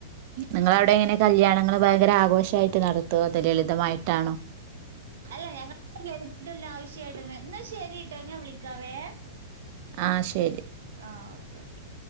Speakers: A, on the right (about 40°); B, on the right (about 75°).
A: നിങ്ങളവിടെ എങ്ങനെ കല്യാണങ്ങള് ഭയങ്കര ആഘോഷായിട്ട് നടത്തോ അതോ ലളിതമായിട്ടാണോ
B: അല്ല ഞങ്ങ <unintelligible> ആവശ്യയിട്ടന്നെ ന്നാ ശരിട്ടോ ഞാൻ വിളിക്കാവേ.
A: ആ ശരി.
B: ആ ഓക്കെ ഓക്കെ.